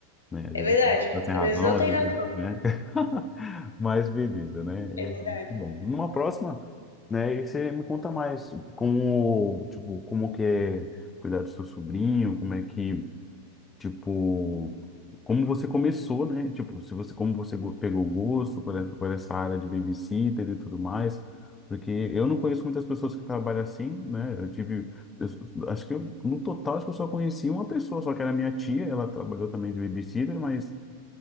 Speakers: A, on the left; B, on the left.
A: né? Às
B: é
A: vezes
B: verdade.
A: o cliente tá sem razão,
B: Às vezes não tem
A: às vezes,
B: razão.
A: né? <laughs> Mas beleza, né?
B: É verdade.
A: É muito bom. Numa próxima, né? E você me conta mais como, tipo, como que é cuidar do seu sobrinho, como é que, tipo, como você começou, né? Tipo, se você, como você go- pegou o gosto por essa, por essa área de babysitter e tudo mais. Porque eu não conheço muitas pessoas que trabalham assim, né? Eu tive, eu- acho que eu, no total, acho que eu só conheci uma pessoa, só que era minha tia, ela trabalhou também de babysitter, mas